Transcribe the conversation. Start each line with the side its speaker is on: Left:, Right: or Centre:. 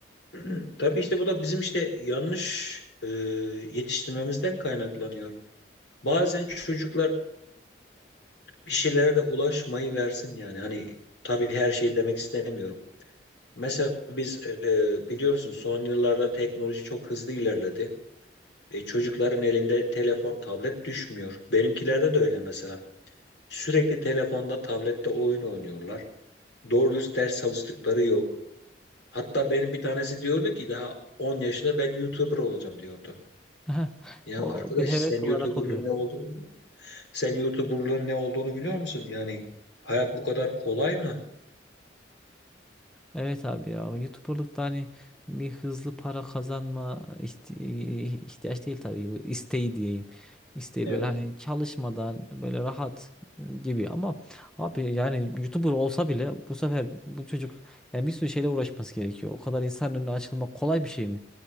Left: <clears throat> Tabii işte bu da bizim işte yanlış e, yetiştirmemizden kaynaklanıyor. Bazen çocuklar bir şeylere de ulaşmayı versin yani. Hani tabii her şey demek istemiyorum. Mesela biz e, e, biliyorsun son yıllarda teknoloji çok hızlı ilerledi. E, çocukların elinde telefon, tablet düşmüyor. Benimkilerde de öyle mesela. Sürekli telefonda, tablette oyun oynuyorlar. Doğru dürüst ders çalıştıkları yok. Hatta benim bir tanesi diyordu ki daha 10 yaşında ben YouTuber olacağım diyordu.
Centre: <laughs>
Left: Ya
Centre: O
Left: arkadaş
Centre: bir heves
Left: sen YouTuber'lığın
Centre: olarak oluyor.
Left: ne olduğunu biliyor musun? Sen YouTuber'lığın ne olduğunu biliyor musun? Yani hayat bu kadar kolay mı?
Centre: Evet abi ya o YouTuber'lıkta hani bir hızlı para kazanma ihti- ihtiyaç değil tabii bu isteği diyeyim. İsteği
Left: Evet.
Centre: böyle hani çalışmadan böyle rahat gibi ama abi yani YouTuber olsa bile bu sefer bu çocuk yani bir sürü şeyle uğraşması gerekiyor. O kadar insan önüne açılmak kolay bir şey mi?